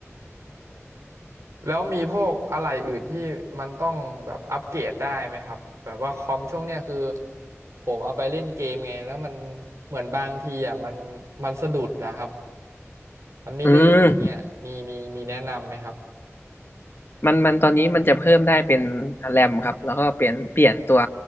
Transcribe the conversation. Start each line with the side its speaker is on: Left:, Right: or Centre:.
Right: แล้วมีพวกอะไรอื่นที่มันต้องแบบอัปเกรดได้ไหมครับแบบว่าคอมช่วงเนี้ยคือผมเอาไปเล่นเกมไงแล้วมันเหมือนบางทีอ่ะมันมันสะดุดนะครับมันไม่ลื่นเนี่ยมีมีมีแนะนำไหมครับ
Left: อืมมันมันตอนนี้มันจะเพิ่มได้เป็นแรมครับแล้วก็เปลี่ยนเปลี่ยนตัว